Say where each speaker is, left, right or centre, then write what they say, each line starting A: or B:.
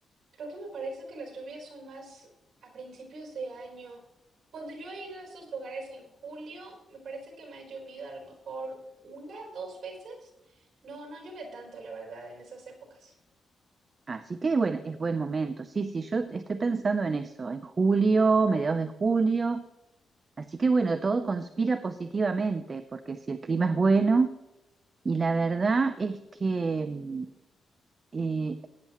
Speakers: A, on the right; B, on the right.
A: creo que me parece que las lluvias son más a principios de año. Cuando yo he ido a estos lugares en julio, me parece que me ha llovido a lo mejor una, dos veces. No, no llueve tanto, la verdad, en esas épocas.
B: Así que bueno, es buen momento. Sí, sí, yo estoy pensando en eso, en julio, mediados de julio. Así que bueno, todo conspira positivamente, porque si el clima es bueno, y la verdad es que mm, eh,